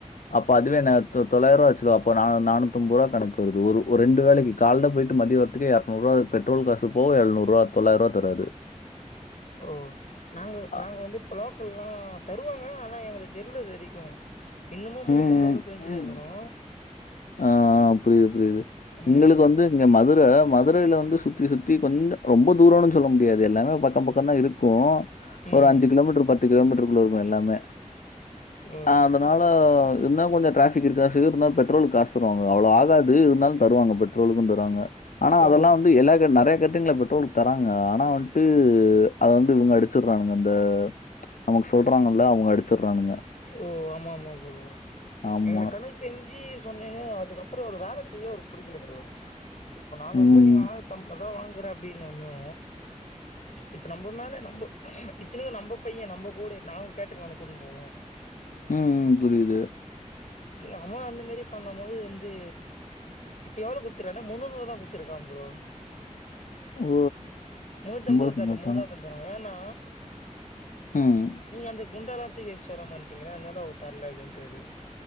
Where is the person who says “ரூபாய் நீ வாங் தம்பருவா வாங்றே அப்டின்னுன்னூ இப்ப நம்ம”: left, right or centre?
Left